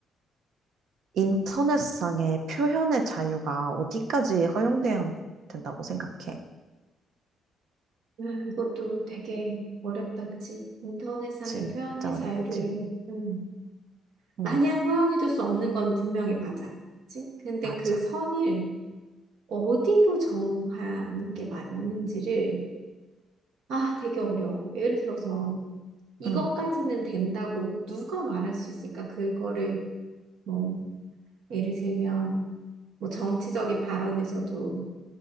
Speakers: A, on the right; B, on the right.
A: 인터넷상의 표현의 자유가 어디까지 허용돼야 한- 된다고 생각해?
B: 음, 이것도 되게 어렵다, 그치? 인터넷상의
A: 진짜
B: 표현의 자유를,
A: 어렵지.
B: 음,
A: 응,
B: 마냥 허용해줄 수 없는 건 분명히 맞아. 그치? 근데
A: 맞아.
B: 그 선을 어디로 정하는 게 맞는지를, 아, 되게 어려워. 예를 들어서, 이것까지는
A: 응,
B: 된다고 누가 말할 수 있을까? 그거를, 뭐, 예를 들면, 뭐, 정치적인 발언에서도,